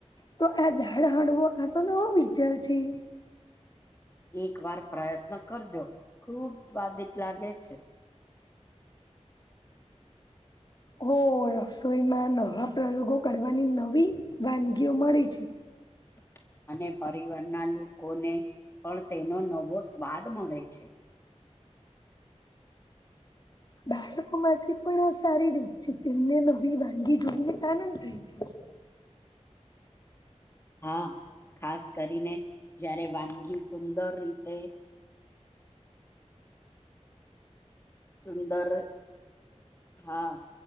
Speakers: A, on the left; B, on the left.
A: તો આ દાડ હડવો આ તો નવો વિચાર છે.
B: એક વાર પ્રયત્ન કરજો ખુબ સ્વાદીટ લાાગે છે.
A: હો રસોઈમાં નવા પ્રયોગો કરવાની નવી વાનગીઓ મળે છે.
B: <inaudible> અને પરિવારના લોકોને પણ તેનો નવો સ્વાદ મળે છે.
A: બાળકો માટે પણ આ સારી રીત છે, તેમને નવી વાનગી જોઈને આનંદ થાય છે.
B: <inaudible> હા ખાસ કરીને જયારે વાનગી સુંદર રીતે <inaudible> સુંદર હા